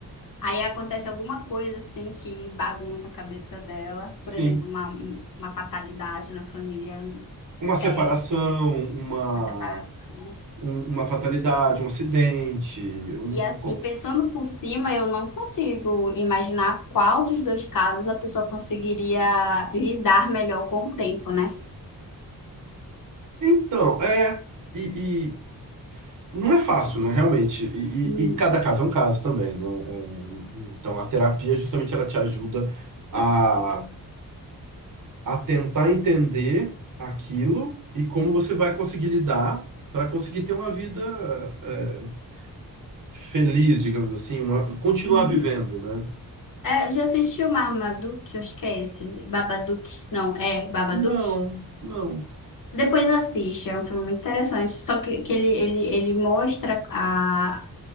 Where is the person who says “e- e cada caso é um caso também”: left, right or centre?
Right